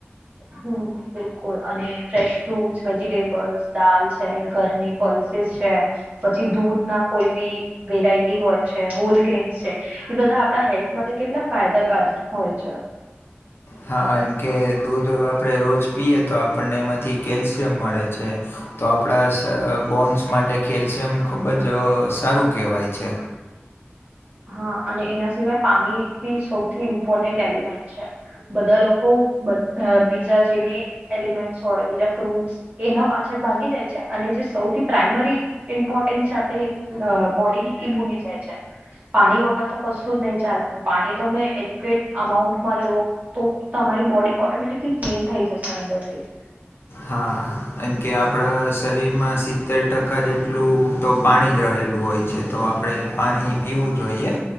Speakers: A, on the right (about 40°); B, on the left (about 65°).
A: હમ. બિલકુલ, અને ફ્રેશ ફ્રુટસ, વેજીિટેબલ્સ, દાલ છે, ઘરની પલ્સીસ છે પછી દૂધ ના કોઈ બી વેરાઈટી હોય છે, હોલ ગ્રેન્સ છે. એ બધા આપણા હેલ્થ માટે કેટલા ફાયદાકાર હોય છે.
B: હા, એમકે દૂધ આપડે રોજ પીયએ તો, આપણને એમાંથી કેલ્શિયમ મળે છે. તો આપણા બોન્સ માટે કેલ્શિયમ ખૂબ જ સારું કહેવાય છે.
A: હા, અને એના સિવાય પાણી બી સૌથી ઇમ્પોર્ટન્ટ એલિમેન્ટ છે. બધા લોકો બીજા જે બી એલિમેન્ટ હોય, બીજા ફ્રુટસ એના પાછળ ભાગી જાય છે અને જે સૌથી પ્રાઈમરી ઇમ્પોટ આપ બોડી ની એ ભૂલી જાય છે. પાણી વગર તો કશું જ નહી ચાલવાનું, પાણી તોમે એજ્યુકેટ અમાઉન્ટમાં લો તો તમારી બોડી ઓટોમેટિકલી ક્લીન થઈ જશે અંદરથી.
B: હા એમ કે, આપણા શરીરમાં સિત્તેર ટકા જેટલું તો પાણી જ રહેલું હોય છે. તો આપણે પાણી પીવું જોઈએ